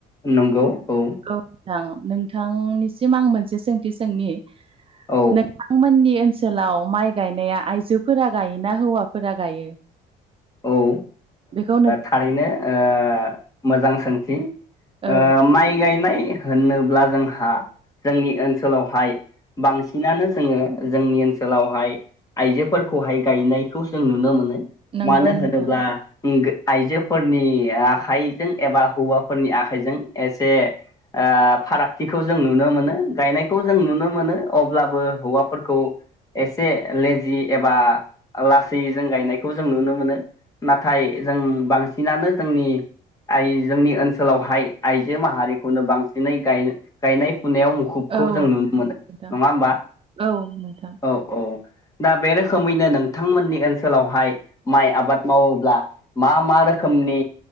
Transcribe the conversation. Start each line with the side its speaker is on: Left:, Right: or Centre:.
Left: नंगौ औ
Right: औ नोंथां नोंथांनिसिम आं मोनसे सोंथि सोंनि
Left: औ
Right: नों आंमोननि ओनसोलाव माइ गायनाया आइजोफोरा गायोना हौवाफोरा गायो?
Left: औ ओ
Right: बेखौ नों
Left: थारैनो ओ मोजां सोंथि ओ
Right: औ
Left: माइ गायनाय होनोब्ला जोंहा जोंनि ओनसोलावहाय बांसिनानो जोङो जोंनि ओनसोलावहाय आइजोफोरखौहाय गायनायखौ जों नुनो मोनो
Right: नंगौ
Left: मानो
Right: नोंथां
Left: होनोब्ला आइजोफोरनि आखाइजों एबा हौवाफोरनि आखाइजों एसे ओ‌ फारागथिखौ जों नुनो मोनो। गायनायखौ जों नुनो मोनो अब्लाबो हौवाफोरखौ एसे लेजि एबा लासैजों गायनायखौ जों नुनो मोनो। नाथाय जों बांसिनानो जोंनि आइ जोंनि ओनसोलावहाय आइजो माहारिखौनो बांसिनै गाय गायनाय फुनायाव मुखुबखौ
Right: औ
Left: जों नुनो मोनो
Right: नोंथां
Left: नङा होमबा
Right: औ नोंथां
Left: औ औ दा बे रोखोमैनो नोंथांमोननि ओनसोलावहाय माइ आबाद मावोब्ला मा मा रोखोमनि